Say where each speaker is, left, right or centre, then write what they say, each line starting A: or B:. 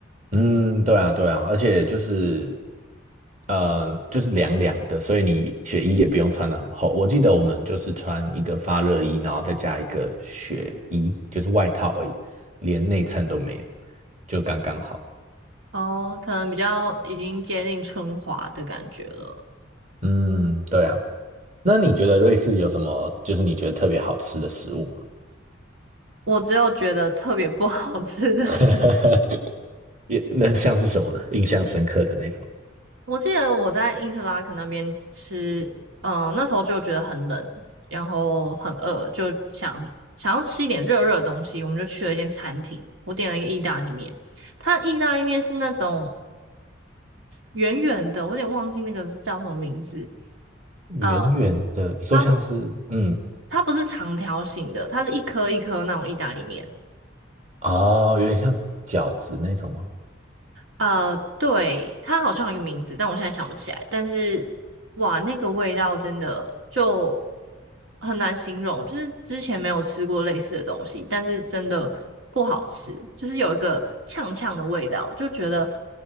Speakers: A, on the right (about 35°); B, on the right (about 75°).
A: 嗯，对啊，对啊，而且就是，呃，就是凉凉的，所以你雪衣也不用穿的很厚。我记得我们就是穿一个发热衣，然后再加一个雪衣，就是外套而已，连内衬都没有，就刚刚好。
B: 哦，可能比较已经接近春华的感觉了。
A: 嗯，对啊。那你觉得瑞士有什么就是你觉得特别好吃的食物吗？
B: 我只有觉得特别不好吃的是。
A: <laughs> 也那像是什么呢？印象深刻的那种，
B: 我记得我在因特拉肯那边吃，嗯、那时候就觉得很冷，然后很饿，就想想要吃一点热热的东西，我们就去了一间餐厅，我点了一个意大利面，它的意大利面是那种圆圆的，我有点忘记那个是叫什么名字，
A: 圆圆的，
B: 呃，
A: 你说像是嗯，
B: 它不它不是长条形的，它是一颗一颗那种意大利面，
A: 哦，有点像饺子那种吗？
B: 呃，对，它好像有一个名字，但我现在想不起来。但是，哇，那个味道真的就很难形容，就是之前没有吃过类似的东西，但是真的不好吃，就是有一个呛呛的味道，就觉得